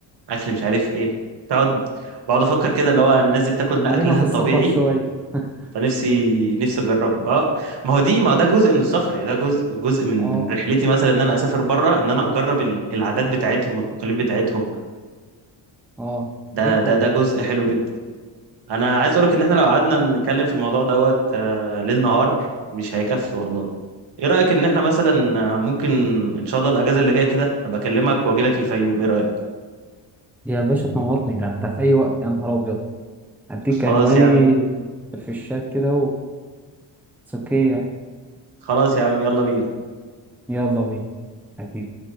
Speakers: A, on the right; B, in the centre.
A: اكل مش عارف ايه تقعد بقعد افكر كده اللي
B: امم
A: هو الناس دي بتاكل ده
B: خلينا
A: اكلها
B: في
A: الطبيعي
B: السفر شوية <laughs>
A: فنفسي نفسي اجربه اه ما هو دي ما هو ده جزء من السفر يعني ده جزء جزء من
B: اه
A: من رحلتي مثلا ان انا اسافر بره ان انا اجرب ال- العادات بتاعتهم والتقاليد بتاعتهم
B: اه
A: ده
B: اكيد طبعا
A: ده ده جزء حلو جدا انا عايز اقولك ان احنا لو قعدنا نتكلم في الموضوع دوت آه، ليل نهار مش هيكفي والله ايه رايك ان احنا مثلا آه، ممكن ان شاء الله الاجازه اللي جايه كده ابقى اكلمك واجي لك الفيوم ايه رايك
B: يا باشا تنورني ده انت في اي وقت يا نهار ابيض هديك
A: خلاص
B: عنواني
A: يا عم
B: في الشات كده وتسكية
A: خلاص يا عم يلا بينا
B: يلا بينا حبيبي